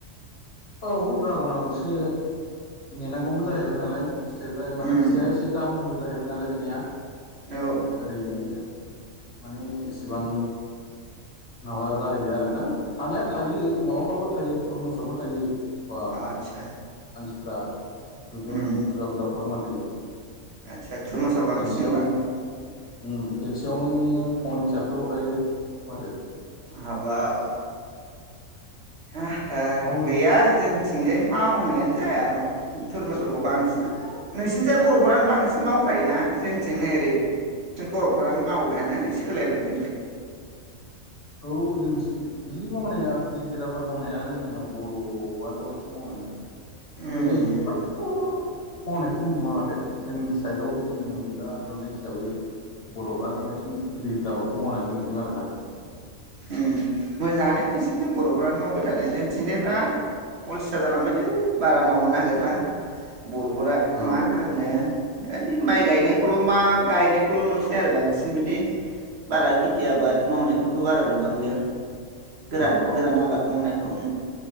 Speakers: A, on the left; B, on the right.
A: औ ड्रागनाव एसे नेनांगौबो जाहैबाय नालाय ओफ्राय माने
B: उम
A: फिसाया एसे दामबो जाहैबाय नालाय बेनिया
B: औ
A: ओरैनो माने एसेबां माबा जाहैयो आरो ना थानाया थायो माबाफ्रावबो थायो थरमुसआवबो थायो। बा
B: आदसा
A: मानसिफ्रा गोगोंम
B: उम
A: बुरजा बुरजा हरो माथो
B: आदसा थुरमुसाव
A: औ
B: बांसिन
A: खेनसेयावनो।
B: होनबा
A: उम खेनसेयावनो थन हिसाबसो हरखायो माथो।
B: हाबाब हाहा
A: मावनो
B: गैया जोंथिजाय मावनायानो जाया थरमासफोरखौ बांसिनानो नोंसिनि जाय बर'फोरानो बांसिन मावखायोना जोंनिथिं नै ओरै थिं बर'फोरानो मावलायानो ओरै सोलायलांजोब्बाय
A: <inaudible> औ जोंनिथिं जि मावनाया गिदिर गिदिर आबाद मावनाया जोंनिया बर'आनो बांसिन मावनानै
B: उम
A: बेलेग फ्राथ' मावनायखौ नुवा माथो जोंनि साइडआव जों दा नुनाय हिसाबै बर'फ्रानो बांसिन गिदिर गिदिर आबादखौ मावनायखौ नुदों आरोना
B: ओम मोजाङानो नोंसिनिथिं बर'फ्रानो मावबाय थादों जोंनिथिंजाय बिराद अलसिया जालांबायलै बारा मावनो नागिरला बर'फोरा
A: औ
B: मा होननो खालि माइ गायनायखौल' मा गायनायखौल' नुसै आरो बांसिन बिदि बारा खेथि आबाद बेफोरखौ बारा नुबांलिया गोरान
A: औ औ
B: गोरान आबाद मावनायखौ